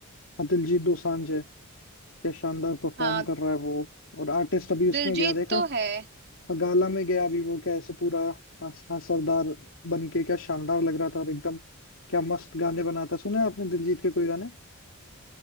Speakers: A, on the left; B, on the right.
A: अ, दिलजीत दोसांझ है क्या शानदार परफॉर्म
B: हाँ
A: कर रहा है वो और आर्टिस्ट अभी उसमें
B: दिलजीत
A: गया देखा
B: तो है
A: गाला में गया अभी वो कैसे पूरा हस- असरदार बन के क्या शानदार लग रहा था और एकदम क्या मस्त गाने बनाता है। सुना है आपने दिलजीत के कोई गाने